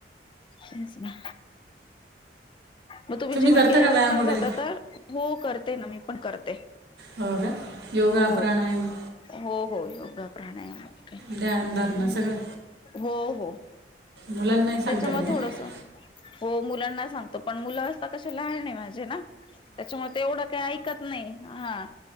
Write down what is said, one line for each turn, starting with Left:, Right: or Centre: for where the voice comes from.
Left: तेच ना मग तुम्ही जेवण
Right: करता
Left: केल्यावर
Right: का व्यायाम
Left: पण
Right: वगैरे
Left: जात का? हो करते ना मी पण करते.
Right: हो का? योगा,
Left: हो
Right: प्राणायाम.
Left: हो हो योगा प्राणायाम
Right: ध्यान धारणा सगळं
Left: हो- हो.
Right: मुलांनाही सांगता
Left: त्याच्यामुळे
Right: का मग
Left: थोडस. हो मुलांना सांगतो पण मुला आता लहान आहेत माझे ना.? त्याच्यामुळे ते एवढं काही ऐकत नाही हा